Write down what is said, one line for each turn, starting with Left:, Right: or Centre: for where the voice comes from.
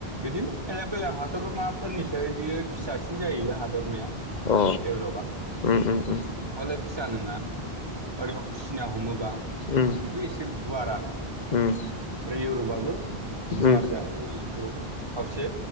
Right: बिदिनो बेलेक बेलेक हादरमाफोरनिसाय बियो फिसासिन जायो हादरमाया
Left: अ
Right: इउरपआ
Left: उ उ उ
Right: हले फिसा नङा ओरैयावबो सिना हमोबा
Left: उम
Right: बेबो एसे गुवारानो ओमफ्राय
Left: उम
Right: इउरपआबो गुवार
Left: उम
Right: जाहैयो बेखौ खावसे